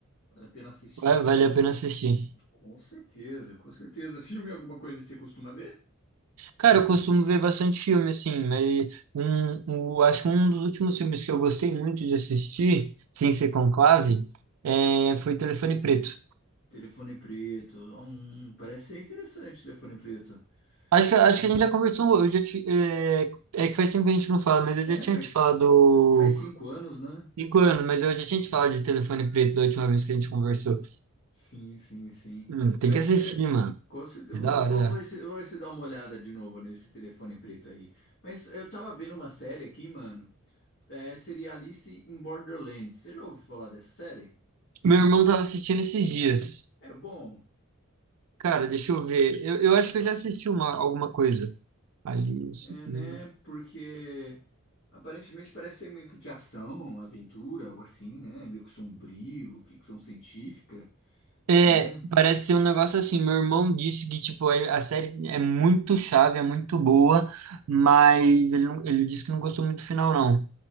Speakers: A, on the left (about 50°); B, on the right (about 80°).
A: Vale a pena assistir.
B: Va- Vale a pena assistir.
A: Com certeza, com certeza. Filme alguma coisa que você costuma ver?
B: Cara, eu costumo ver bastante filme, assim, mas um, o, acho que um dos últimos filmes que eu gostei muito de assistir, sem ser Conclave, é, foi Telefone Preto.
A: Telefone preto. Hum, parece ser interessante, telefone preto.
B: Acho que, acho
A: né?
B: que a gente já conversou, eu já te- é, é que faz tempo que a gente não fala, mas eu
A: É,
B: já tinha
A: faz,
B: te falado,
A: faz cinco anos, né?
B: cinco anos, mas eu já tinha te falado de Telefone Preto da última vez que a gente conversou.
A: Sim, sim, sim.
B: Hum, tem
A: Mas
B: que assistir,
A: é,
B: mano.
A: com certeza,
B: É
A: eu
B: da
A: vou,
B: hora.
A: vou, vou, esse- vou esse dar uma olhada de novo nesse telefone preto aí. Mas eu tava vendo uma série aqui, mano. É, seria Alice in Borderlands. Você já ouviu falar dessa série?
B: Meu irmão tava assistindo esses dias.
A: É bom,
B: Cara, deixa eu ver. Eu, eu acho que eu já assisti uma, alguma coisa. Alice.
A: é, né?
B: né?
A: Porque aparentemente parece ser meio que de ação, aventura, algo assim, né? Meio que sombrio, ficção científica.
B: É,
A: né?
B: parece ser um negócio assim. Meu irmão disse que tipo é- a série é muito chave, é muito boa, mas ele, não- ele disse que não gostou muito do final, não.